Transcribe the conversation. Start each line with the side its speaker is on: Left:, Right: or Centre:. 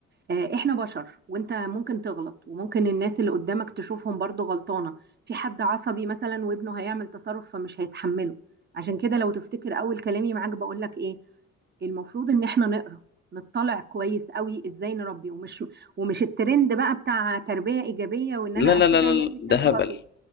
Right: آه، احنا بشر وانت ممكن تغلط وممكن الناس اللي قدامك تشوفهم برضو غلطانة في حد عصبي مثلا وابنه هيعمل تصرف فمش هيتحمله عشان كده لو تفتكر اول كلامي معاك بقولك ايه المفروض ان احنا نقرا نطلع كويس قوي ازاي نربي ومش ومش الترند بقى بتاع تربية ايجابية وان
Left: لا
Right: انا اسيب
Left: لا لا لا
Right: عيالي
Left: لا، ده
Right: تغلط
Left: هبل